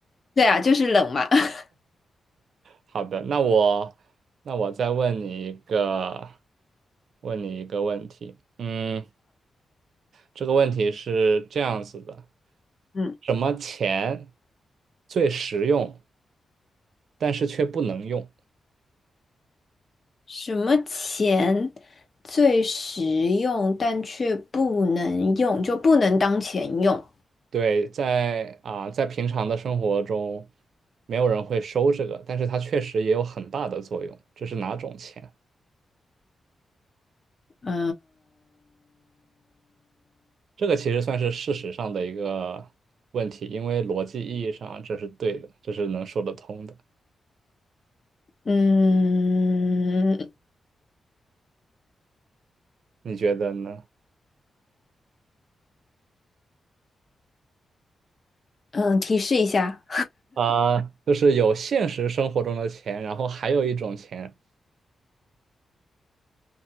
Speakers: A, on the left; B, on the right.
A: 对啊，就是冷嘛。<laughs>
B: 好的，那我那我再问你一个，问你一个问题。嗯，这个问题是这样子的：
A: 嗯，
B: 什么钱最实用，但是却不能用？
A: 什么钱最实用但却不能用，就不能当钱用？
B: 对，在啊，在平常的生活中，没有人会收这个，但是它确实也有很大的作用。这是哪种钱？
A: 嗯、
B: 这个其实算是事实上的一个问题，因为逻辑意义上这是对的，这是能说得通的。
A: 嗯
B: 你觉得呢？
A: 嗯，提示一下，
B: 啊，就是有现实生活中的钱，然后还有一种钱，